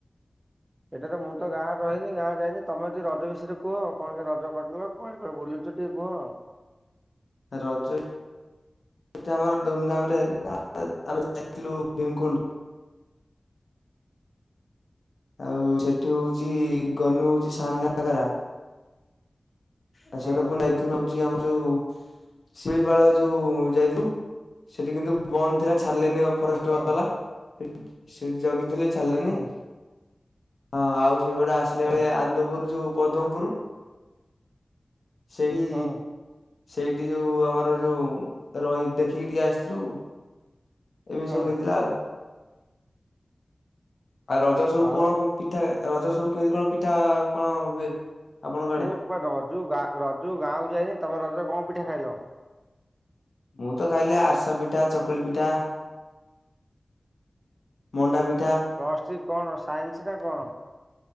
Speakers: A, on the right (about 30°); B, on the left (about 80°).
A: ଏଥର ତ ମୁଁ ତ ଗାଁରେ ରହିନି ଗାଁ ଯାଇନି ତମେ ଟିଏ ରଜ ବିଷୟରେ କୁହ କଣ କେ ରଜ କଟିଲ କୁଆଡ଼େ କୁଆଡ଼େ ବୁଲୁ ଚୁ ଟିଏ କୁହ।
B: ରଜ ଏଠି ଆମର ଧୁମଧାମ୍ ରେ ହେଲା <inaudible> ଆମେ ଯାଇଥିଲୁ ଭୀମକୁଣ୍ଡ୍। ଆଉ ସେଠି ହୋଉଚି ଗନୁ ହୋଉଚି ସାନ ଘାଗରା। ଆଉ
A: ହୁଁ
B: ସେଇଠୁ ଫୁଣି ହୋଉଚି ଆମର ଯୋଉ ଶିଳିପାଳ ଯୋଉ ଯାଇଥିଉ ସେଠି କିନ୍ତୁ ବନ୍ଦ ଥିଲା ଛାଡ଼ିଲେନେଇ ଅ ଫରେଷ୍ଟ୍
A: ହୁଁ
B: ବାଲା ଏ ସେଇଠି ଜଗିଥିଲେ ଛାଲେନେଇ
A: ହୁଁ ହୁଁ
B: ହଁ ଆଉ ସେଇପଟେ ଆସିଲା
A: ହୁଁ
B: ଏଳେ ଆନ୍ଦପୁର ଯୋଉ ପଦ୍ମପୁରୁ ସେଇ
A: ହୁଁ
B: ସେଇଠି ଯୋଉ ଆମର ଯୋଉ ରହି ଦେଖିକି ଟିକେ ଆସିଥିଲୁ। ଏମିତି
A: ହୁଁ
B: ସବୁ ହେଇଥିଲା ଆଉ। ଆଉ ରଜ ସବୁ
A: ଆଉ
B: କଣ କଁ ପିଠା ରଜ ସବୁ କେମିତି କଣ ପିଠା କଣ ହୁଏ? ଆପଣଙ୍କ ଆଡେ
A: ମୁଁ ରଜୁ ଗାଁ ରଜୁ ଗାଁକୁ ଯାଇନେଇ ତମେ ରଜରେ କଁ ପିଠା ଖାଇଲ?
B: ମୁଁ ତ ଖାଇଲି ଆରସା ପିଠା ଚକୁଳି ପିଠା। ମଣ୍ଡା ପି
A: ପ୍ଲସ୍ ଥ୍ରୀ କଣ ସାଇନ୍ସ ନାଁ କଣ?